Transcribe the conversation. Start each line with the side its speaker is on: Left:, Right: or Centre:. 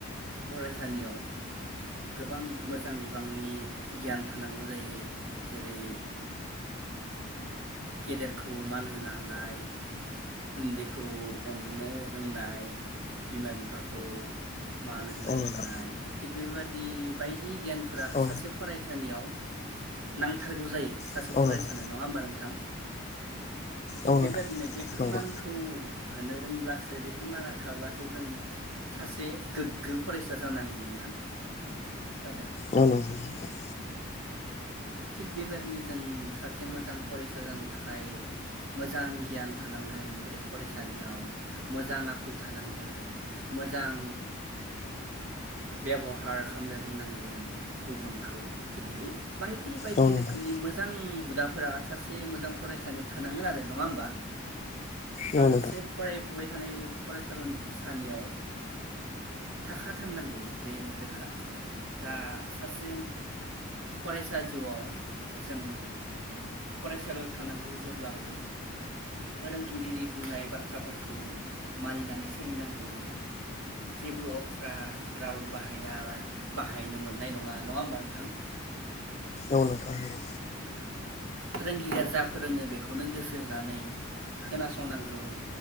Right: फरायसानियाव गोबां मोजां बिबांनि गियान थानांगौ जायो जेरै गेदेरखौ मान होनो हानाय उन्दैखौ अननो रोंनाय बिमा बिफाखौ मान होनो
Left: औ
Right: रोंनाय
Left: नोंथां
Right: थिग बेबादि बायदि बायदि गियानफोरा
Left: औ
Right: सासे फरायसानियाव नांथारगौ जायो। सासे
Left: नोंथां
Right: फरायसानो नङा होमबा नोंथां? थिग
Left: औ नोंथां औ
Right: बेबादिनो
Left: नोंथां
Right: बेफोर
Left: नंगौ
Right: मानखौ होनो रोंब्लासो बेफोर माना थाब्लासो जों सासे गोग्गो फरायसा जानो हायो नोंथां खो
Left: औ नोंगौ <inaudible>
Right: थिग बेबादिनो जों सासे मोजां फरेस्ट जानो थाखाय मोजां गियान थानांगोन बे फरायसानियाव मोजां आखु थानांगोन मोजां बेबहार खामनो रोंनांगोन गुबुनखौ थिग बे बायदि बायदि
Left: औ नोंथां औ नोंथां
Right: रोखोमनि मोजां हुदाफोरा सासे सासे मोजां फरायसालियाव थानांगोन आरो, नङा होमबा? साजासे
Left: नंगौ औ
Right: फराय फुबाय थानाय फरायसा सानियाव थाखा थारनांगौ बे रोखा दा सासे फरायसा जिउआव जों फरायसालियाव थांनांगौ जेब्लाबो फोरोंगिरिरि बुंनाय बाथ्राफोरखौ मानिनानै सोलिनांगौ जेबो अख्रा राव बाहाया बाहायनो मोननाय नङा, नङा होमबा नोंथां?
Left: औ नोंथां नंगौ।
Right: फोरोंगिरिया जा फोरोङो बेखौनो गोसो होनानै खोनासंनांगौ